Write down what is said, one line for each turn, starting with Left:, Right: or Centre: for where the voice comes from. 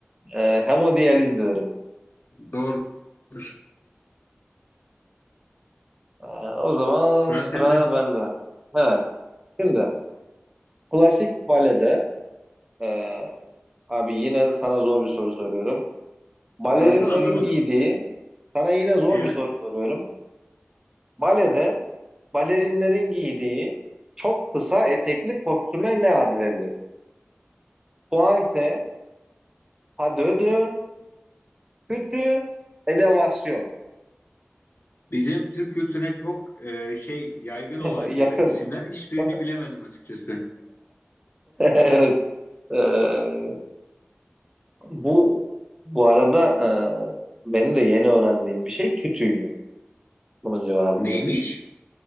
Right: e, hemodiyaliz diyorum.
Left: Doğrudur.
Right: E, o zaman
Left: Sıra
Right: sıra
Left: sende.
Right: bende. Evet, şimdi klasik balede, e, abi yine sana zor bir soru soruyorum. Balerinlerin
Left: Nasıl anlamadım?
Right: giydiği, sana yine zor
Left: Evet.
Right: bir soru soruyorum. Balede balerinlerin giydiği çok kısa etekli kostüme ne ad verilir? Pointe, pas de deux, Kötü elevasyon.
Left: Bizim Türk kültürüne çok e, şey yaygın
Right: <laughs>
Left: olan
Right: Yakın.
Left: şeyler, isimler hiçbirini
Right: <laughs>
Left: bilemedim açıkçası.
Right: Evet. eee, bu bu arada eee, benim de yeni öğrendiğim bir şey kütüymüş. Bunun cevabı
Left: Neymiş?
Right: mesela.